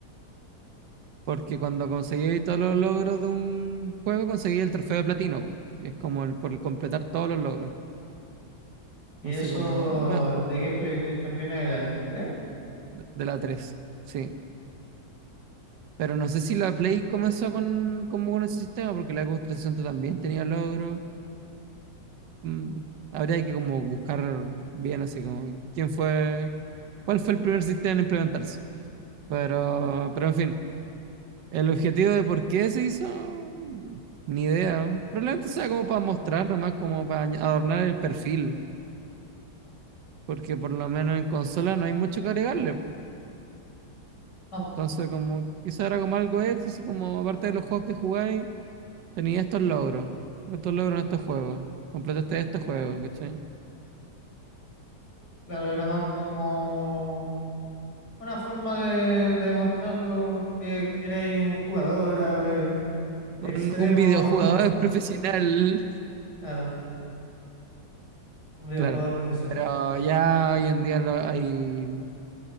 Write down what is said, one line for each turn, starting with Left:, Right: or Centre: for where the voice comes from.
Right: Porque cuando conseguí todos los logros de un juego, conseguí el trofeo de platino, po, que es como el por completar todos los logros.
Left: ¿Y
Right: Entonces,
Left: eso
Right: como ah, ma-
Left: de qué PlayStation viene del al 3?
Right: de de la tres sí. Pero no sé si la Play comenzó con, como con ese sistema, porque la Xbox 360 también tenía logros. Mm, habría que como buscar bien así como quién fue, cuál fue el primer sistema en implementarse. Pero, pero en fin, el objetivo de por qué se hizo, ni idea. Probablemente sea como para mostrar, nomás como para añ- adornar el perfil, porque por lo menos en consola no hay mucho que agregarle.
Left: No, pues,
Right: Entonces, como quizá era como algo extra, así como aparte de los juegos que jugáis Tenía estos logros, estos logros en estos juegos. Completaste estos juegos, ¿cachai?
Left: claro, era más como una forma de, de demostrarlo que, que erais un jugador eh, extremo,
Right: Un, un videojugador <laughs> profesional,
Left: <laughs> claro, un videojugador
Right: claro.
Left: profesional.
Right: Pero ya hoy en día lo- hay,